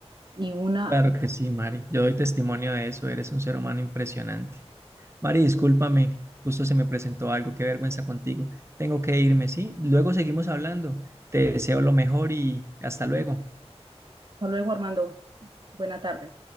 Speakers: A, on the right (about 45°); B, on the right (about 25°).
A: y una,
B: Claro que sí, Mari. Yo doy testimonio de eso. Eres un ser humano impresionante. Mari, discúlpame. Justo se me presentó algo. Qué vergüenza contigo. Tengo que irme, ¿sí? Luego seguimos hablando. Te deseo lo mejor y hasta luego.
A: hasta luego, Armando, buena tarde.